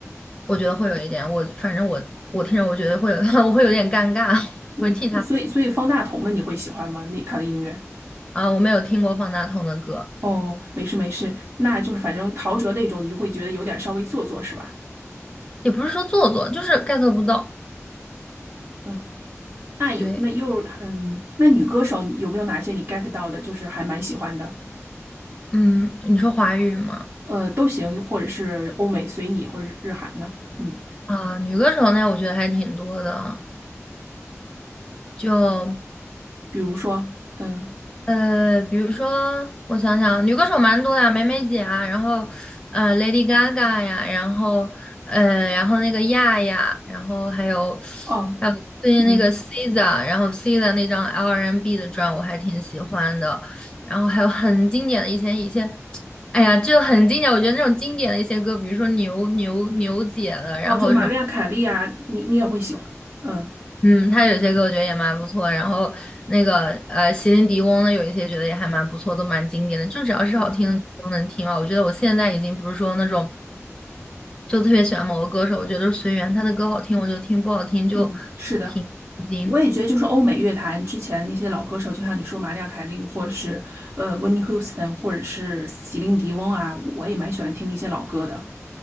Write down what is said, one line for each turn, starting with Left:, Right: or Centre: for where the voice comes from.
Left: 我觉得会有一点，我反正我我听着，我觉得会有，<laughs> 我会有点尴尬，<laughs>
Right: 嗯，
Left: 我会替他
Right: 所以所以方大同的你会喜欢吗？那他的音乐？
Left: 啊，我没有听过方大同的歌，
Right: 哦，没事没事，那就是反正陶喆那种，你就会觉得有点稍微做作是吧？
Left: 也不是说做作，就是 get 不到。
Right: 嗯，那有那又嗯，
Left: 对，
Right: 那女歌手有没有哪些你 get 到的，就是还蛮喜欢的？
Left: 嗯，你说华语吗？
Right: 呃，都行，或者是欧美随你，或者日韩呢？嗯，
Left: 啊，女歌手呢，我觉得还挺多的，就
Right: 比如说嗯
Left: 呃，比如说，我想想，女歌手蛮多的，梅梅姐啊，然后呃，Lady Gaga 呀，然后呃，然后那个亚亚，然后还有
Right: 哦
Left: 还有最近那个
Right: 嗯
Left: SZA，然后 SZA 那张 R&B 的专我还挺喜欢的，然后还有很经典的以前一些，哎呀，就很经典，我觉得那种经典的一些歌，比如说牛牛牛姐的，然后什么。
Right: 哦，就玛丽亚凯莉啊，你你也会喜欢？嗯
Left: 嗯，他有些歌我觉得也蛮不错，然后那个呃，席琳迪翁的有一些觉得也还蛮不错，都蛮经典的，就只要是好听的歌都能听嘛。
Right: 嗯
Left: 我觉得我现在已经不是说那种就特别喜欢某个歌手，我觉得随缘，他的歌好听我就听，不好听就
Right: 嗯，是的。
Left: 听，已经
Right: 我也觉得，就是欧美乐坛之前那些老歌手，就像你说玛丽亚·凯莉，或者是呃温尼·休斯顿，或者是席琳迪翁啊，我也蛮喜欢听那些老歌的。